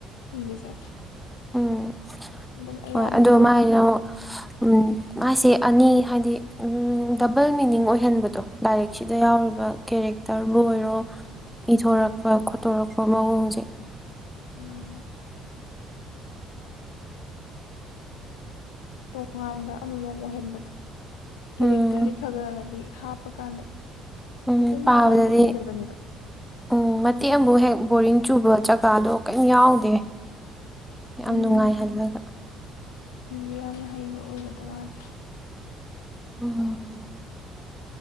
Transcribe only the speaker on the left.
ꯏꯕꯁꯦ
ꯑꯗꯨꯝ ꯑꯌꯥꯝꯕꯅ
ꯎꯝ ꯇꯣꯉꯥꯟꯕ ꯑꯃꯃꯝ ꯑꯣꯏꯍꯟꯕꯗꯣ ꯀꯦꯔꯦꯛꯇꯔꯗꯤ
ꯈꯒꯂꯒꯗꯤ ꯍꯥꯞꯄ ꯀꯥꯟꯗ
ꯃꯄꯨꯡ
ꯐꯥꯅ ꯑꯝꯇ ꯏꯗꯕꯅꯦꯕ
ꯎꯝ
ꯏꯕ ꯌꯥꯝꯅ ꯍꯩꯕ ꯑꯣꯏꯕꯗꯣ ꯃꯥꯁꯨ